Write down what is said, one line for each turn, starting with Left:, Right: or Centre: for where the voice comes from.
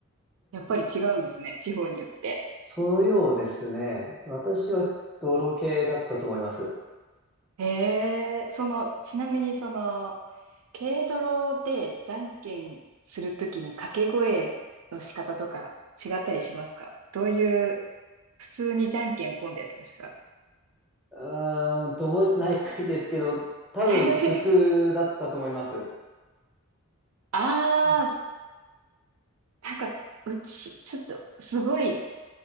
Right: やっぱり違うんですね、地方によって。
Centre: そのようですね。私は泥系だったと思います。
Right: へえ、その、ちなみにその、軽泥でじゃんけんするときに掛け声の仕方とか違ったりしますかどういう、普通にじゃんけんポンでやってましたか
Centre: うーんと、覚えてない回ですけど、多分普通だったと思います。
Right: <laughs> あ
Centre: うんうん
Right: ー、なんか、うち、ちょっと、すごい、